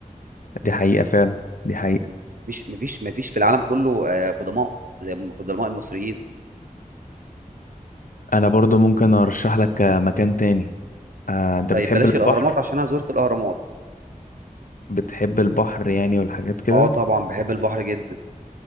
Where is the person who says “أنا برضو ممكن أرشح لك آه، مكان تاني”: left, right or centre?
Left